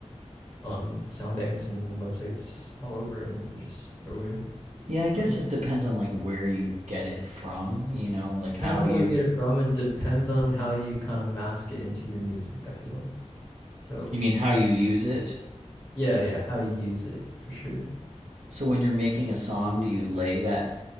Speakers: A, on the left (about 15°); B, on the right (about 75°).
A: on sound banks and websites all over, and you can just throw it in.
B: Yeah, I
A: So.
B: guess it depends on like where you get it from. You know, like
A: Depends
B: how
A: on
B: you.
A: where you get it from and depends on how you kind of mask it into your music, I feel like. So,
B: You mean how you use it?
A: yeah, yeah, how you use it for sure.
B: So when you're making a song, do you lay that